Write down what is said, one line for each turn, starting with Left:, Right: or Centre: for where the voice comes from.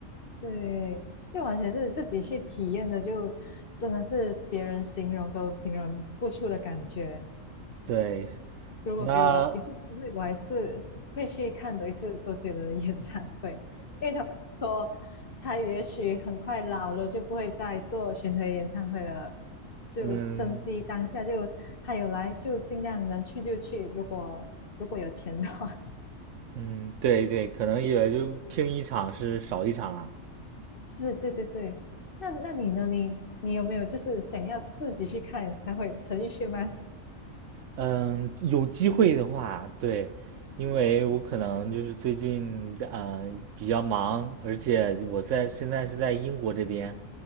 Left: 对，就完全是自己去体验的，就真的是别人形容都形容不出的感觉。
Right: 对，
Left: 如果给我一次机会，
Right: 那
Left: 我还是会去看多一次周杰伦的演唱会，因为他们说他也许很快老了，就不会再做巡回演唱会了，就珍惜当下，
Right: 嗯
Left: 就他有来就尽量能去就去，如果如果有钱的话，
Right: 嗯，对对，可能也就听一场是少一场了。
Left: <laughs> 是对对对。那那你呢？你你有没有就是想要自己去看演唱会？陈奕迅吗？
Right: 嗯，有机会的话，对，因为我可能就是最近呃比较忙，而且我在现在是在英国这边，